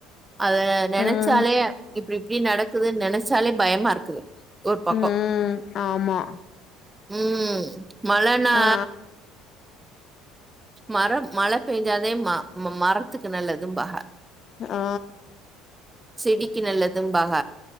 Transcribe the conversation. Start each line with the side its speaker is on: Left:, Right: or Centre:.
Right: அத நெனச்சாலே
Left: ம்
Right: இப்டி இப்டி நடக்குதுன் நெனச்சாலே பயமா இருக்குது ஒரு பக்கோ
Left: ம் ஆமா
Right: உம் மழன்னா
Left: ஆ
Right: மரம் மழ பெஞ்சாதே ம மமரத்துக்கு நல்லதும்பாக
Left: ஆ
Right: செடிக்கு நல்லதும்பாக